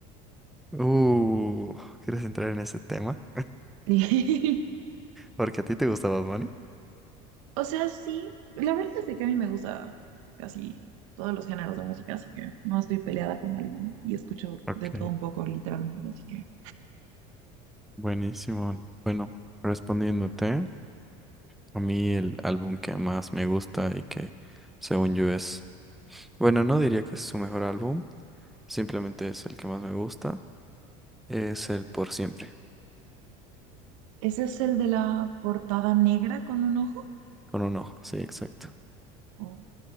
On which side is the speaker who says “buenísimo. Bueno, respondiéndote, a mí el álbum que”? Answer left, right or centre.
Centre